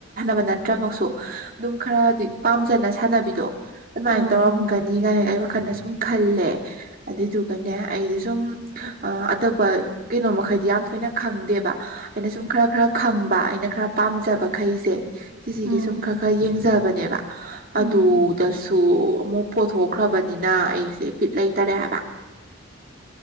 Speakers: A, on the right; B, on the right.
A: ꯕ ꯅꯠꯇ꯭ꯔ ꯑꯗꯨꯝ ꯈꯔ ꯄꯥꯝ ꯁꯥꯟꯅꯕꯤꯗꯣ ꯑꯗꯨꯃ
B: ꯎꯝ
A: ꯇꯔ
B: ꯎꯝ
A: ꯑꯩ ꯋꯥꯈꯜꯗ ꯁꯨꯝ ꯈꯜꯂꯦ ꯑꯗꯨꯗꯨꯒꯅꯦ ꯑꯩꯗ ꯁꯨꯝ ꯑꯇꯣꯞꯄ ꯀꯩꯅꯣꯃꯩꯗꯤ ꯌꯥꯝ ꯊꯣꯏꯅ ꯈꯪꯗꯦꯕ ꯑꯩꯅ ꯁꯨꯝ ꯈꯔ ꯈꯔ ꯈꯪꯕ ꯑꯩꯅ ꯈꯔ ꯄꯥꯝꯖꯕ ꯃꯈꯩꯁꯦ ꯁꯤꯁꯤꯒꯤ
B: ꯎꯝ
A: ꯁꯨꯝ ꯈꯔ ꯈꯔ ꯌꯦꯡꯖꯕꯅꯦꯕ
B: ꯎꯝ
A: ꯑꯗꯨꯗꯁꯨ ꯑꯃꯨꯛ ꯄꯣꯊꯣꯛꯈ꯭ꯔꯕꯅꯤꯅ ꯑꯩꯁꯦ ꯕꯤꯠ ꯂꯩꯇꯔꯦ ꯍꯥꯏꯕ